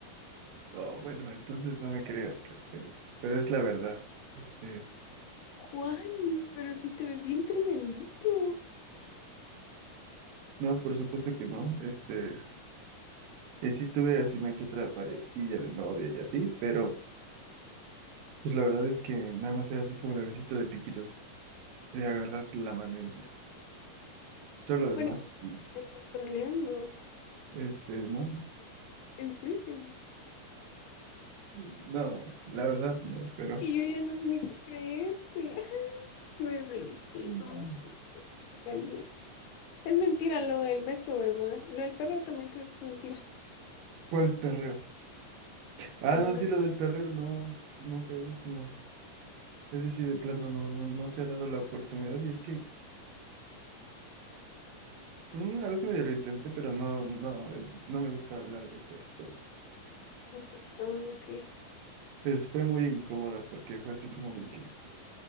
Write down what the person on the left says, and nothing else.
Juani, pero sí te ves bien tremendito.
Juani,
me estás troleando.
¿En serio?
Que yo ya no sé ni qué creerte. <laughs> Me mentís,
muy serio. Me engañé. Es mentira lo del beso, ¿verdad? Lo del perro también creo que es mentira.
Que nunca...
has-
no te- Ah, ok.